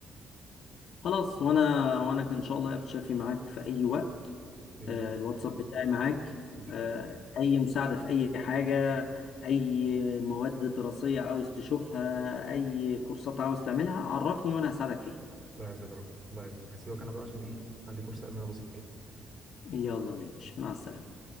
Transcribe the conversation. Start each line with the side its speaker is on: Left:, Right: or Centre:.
Left: خلاص وانا وانا كان ان شاء الله يا بتشافي معاك في اي وقت
Right: باذن
Left: آه،
Right: الله يا
Left: الواتساب
Right: رب
Left: بتاعي معاك
Right: ان شاء
Left: آه،
Right: الله
Left: اي مساعدة في اي حاجة اي مواد دراسية عاوز تشوفها اي كورسات عاوز تعملها عرفني وانا هساعدك فيها
Right: الله يعزك يا رب الله يعزك هسيبك انا بقى عشان ايه عندي كورس امن بسيط كده
Left: يلا ماشي مع السلامة